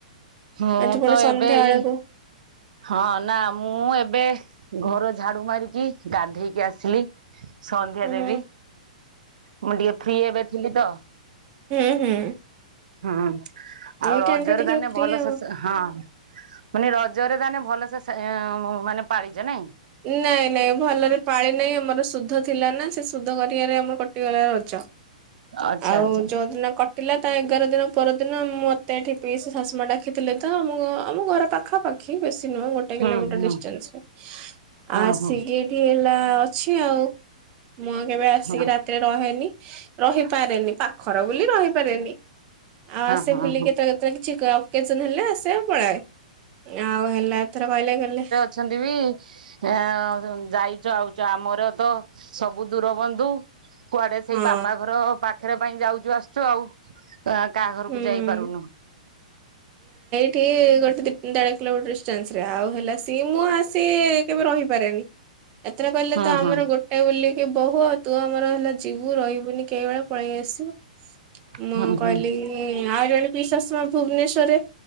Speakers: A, on the right; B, on the right.
A: ମୁଁ
B: ଆଜି ପୁଣି
A: ତ
B: ସନ୍ଧ୍ୟା
A: ଏବେ
B: ବେଳକୁ
A: ଇଏ ହଁ ନାଁ ମୁଁ ଏବେ ଘର ଝାଡ଼ୁ ମାରିକି ଗାଧେଇକି ଆସିଲି। ସନ୍ଧ୍ୟା
B: ହୁଁ
A: ଦେବୀ
B: ହୁଁ
A: ମୁଁ ଟିକେ ଫ୍ରି ଏବେ ଥିଲି ତ
B: ହୁଁ ହୁଁ।
A: ହୁଁ ଆଉ
B: ଏଇ
A: ରଜରେ
B: ଟାଇମ ଟା ଟିକେ
A: ତାନେ
B: ଫ୍ରି
A: ଭଲ
B: ଆଉ
A: ଶେଷ ହଁ ମାନେ ରଜରେ ତାନେ ଭଲସେ ସେଁ ମାନେ ପାଳିଚ ନାଇଁ?
B: ନାଇଁ ନାଇଁ ଭଲରେ ପାଳି ନାଇଁ ଆମର ସୁଧ ଥିଲା ନାଁ ସେ ସୁଧଘରିଆରେ ଆମର କଟିଗଲା ରଜ।
A: ଆଚ୍ଛା
B: ଆଉ
A: ଆଚ୍ଛା।
B: ଯୋଉ ଦିନ କଟିଲା ତା ଏଗାର ଦିନ ପର ଦିନ ମ ତେ ଏଠି ପିଇସୀ ଶାଶୁ ମା ଡାକିଥିଲେ ତ ମୁ ଆମ ଘର ପାଖାପାଖି ବେଶୀ ନୁହଁ ଗୋ ଟେ
A: ହୁଁ
B: କିଲୋମିଟର୍
A: ହୁଁ
B: ଡିଷ୍ଟାନ୍ସରେ
A: ହଁ
B: ଆସିକି
A: ହଁ
B: ଏଠି ହେଲା ଅଛି ଆଉ। ମୁଁ ଆଉ କେବେ ଆସିକି
A: ହଁ
B: ରାତିରେ ରହେନି ରହିପାରେନି ପାଖର ବୋଲି ରହିପାରେନି। ଆଉ ଆସେ
A: ହଁ ହଁ
B: ବୁଲି କେତୋଳେ ତଳେ କିଛି କ ଅକେଛନ୍ ହେଲେ ଆସେ ଆଉ ପଳାଏ। ଆଉ ହେଲା ଏଥର କଇଲେ କଲେ
A: ଛନ୍ତି ବି ଅଁ ଯାଇଚ ଆଉଚ ଆମର ତ ସବୁ ଦୂର ବନ୍ଧୁ। କୁଆଡ଼େ ସେଇ
B: ହଁ
A: ବାପା ଘର ପାଖରେ ପାଇଁ ଯାଉଚୁ ଆସୁଚୁ ଆଉ। ତ ଆ କାହା ଘରକୁ
B: ହୁଁ।
A: ଯାଇପାରୁନୁ।
B: ଟିଏ ଗୋଟେ ଦି ଦାର କିଲୋମିଟର ଡିଷ୍ଟାନ୍ସ୍ ରେ ଆଉ ହେଲା ସିଏ ମୁଁ ଆସି କେବେ ରହିପାରେନି। ଏଥିର କହିଲେ
A: ହୁଁ
B: ତ ଆମର
A: ହୁଁ
B: ଗୋଟେ ବୋଲିକି ବୋହୁ ଆଉ ତୁ ଆମର ହେଲା ଯିବୁ ରହିବୁନି କେବେଳେ ପଳେଇ ଆସିବୁ ମୁଁ
A: ହୁଁ ହୁଁ
B: କହିଲି ଉଁ ଆଉ ଜଣେ ପିଶାଶୁମା ଭୁବନେଶ୍ଵରରେ